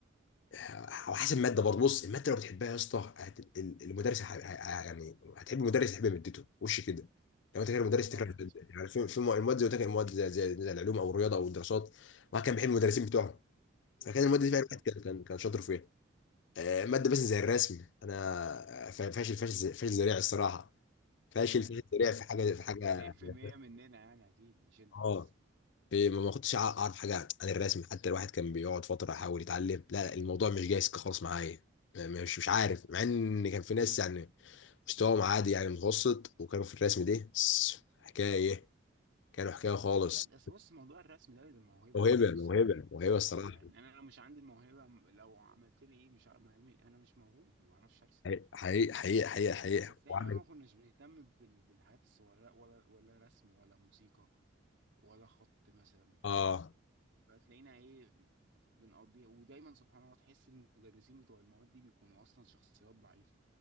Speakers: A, on the left; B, on the right.
A: آه، وحسب الماده برضه بص الماده لو بتحبها يا اسطى هت- ال- المدرس ح- ح- يعني هتحب المدرس تحب مادته وش كده لو انت كده المدرس تكره
B: طبعا
A: الماده
B: طبعا
A: يعني في في المواد زي ما قلت لك، المواد زي, زي, زي العلوم او الرياضه او الدراسات واحد كان بيحب المدرسين بتوعهم فكان الماده دي
B: اه
A: فعلا واحد
B: طبعا
A: كان كان كان شاطر فيها آه، ماده مثلا زي الرسم انا آه، فاشل فاشل فاشل ذريع الصراحه فاشل
B: ايوه
A: فاشل ذريع
B: كل-
A: في حاجه في حاجه
B: 90%
A: <laughs>
B: مننا يعني اكيد مش انت
A: اه
B: بس
A: في ما ما كنتش أع- اعرف حاجه عن الرسم حتى الواحد كان بيقعد فتره يحاول يتعلم لا لا، الموضوع مش جايز خالص معايا م- مش مش عارف مع ان كان في ناس يعني مستواهم عادي يعني متوسط وكانوا في الرسم ده س- حكايه كانوا حكايه خالص
B: لا ده أصل بص موضوع الرسم ده بيبقى موهبه
A: موهبه
B: برضه الصراحه
A: موهبه موهبه الصراحه
B: اه يعني انا لو مش عندي الموهبه م- لو عملت لي ايه مش عارف ما- هي- انا مش موهوب ما بعرفش ارسم
A: حقيقي حقيقي حقيقي حقيقي
B: بس احنا
A: وعندك
B: بقى ما كناش بنهتم بال- بالحاجات الصغيره ولا ولا رسم ولا موسيقى ولا خط مثلا
A: اه
B: فتلاقينا ايه بنقضيها ودايما سبحان الله تحس المدرسين بتوع المواد دي بيكونوا اصلا شخصيات ضعيفه